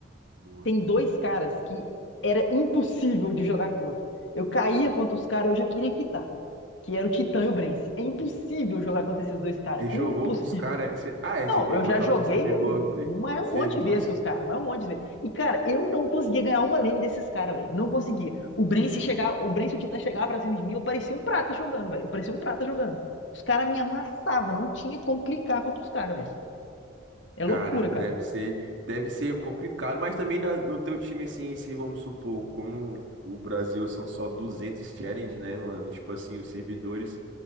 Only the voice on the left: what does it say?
Tem dois caras que era impossível de jogar contra. Eu caía contra os caras, eu já queria quitar. Que era o Titã e o Brence. É impossível jogar contra esses dois caras.
Impossível.
Não,
eu já
joguei
mas é
um monte
de vezes com os caras, mas é um monte de vezes. E, cara, eu não conseguia ganhar uma lane desses caras, velho. Não consegui. O Bren, chegar, o Bren, se o Titã chegava pra cima de mim, eu parecia um prata jogando, velho. Eu parecia um prata jogando. Os caras me amassavam, não tinha como clicar contra os caras, velho. É
loucura, cara.